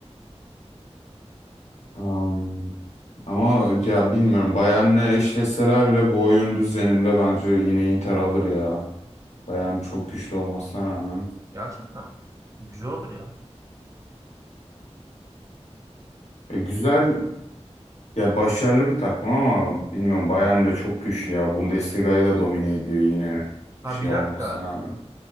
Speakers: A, on the left; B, on the right.
A: Am, ama ya bilmiyorum. Bayern'le eşleşseler bile bu oyun düzeninde bence yine Inter alır ya. Bayern çok güçlü olmasına rağmen.
B: Gerçekten. Güzel olur ya.
A: E, güzel ya başarılı bir takım ama bilmiyorum Bayern de çok güçlü ya. Bundesliga'yı da domine ediyor yine
B: Ha
A: şey
B: bir
A: olmasına
B: dakika.
A: rağmen.